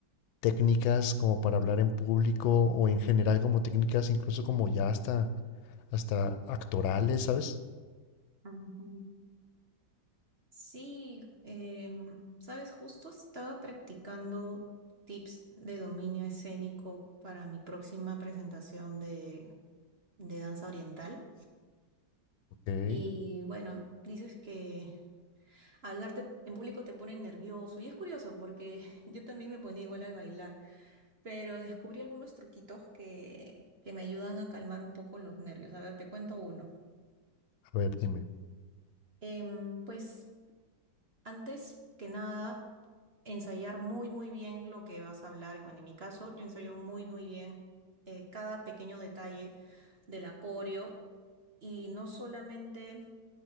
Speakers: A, on the left; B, on the right.
A: técnicas como para hablar en público o en general como técnicas, incluso como ya hasta, hasta actorales, ¿sabes?
B: Ujú. Sí, em, sabes, justo estaba practicando tips de dominio escénico para mi próxima presentación de, de danza oriental.
A: Ok.
B: Y bueno, dices que hablarte en público te pone nervioso y es curioso porque <laughs> yo también me ponía igual al bailar, pero descubrí algunos truquitos que, que me ayudan a calmar un poco los nervios. A ver, te cuento uno.
A: A ver, dime.
B: Em, pues antes que nada... ensayar muy, muy bien lo que vas a hablar. En- Bueno, en mi caso, yo ensayo muy, muy bien eh, cada pequeño detalle del acorio y no solamente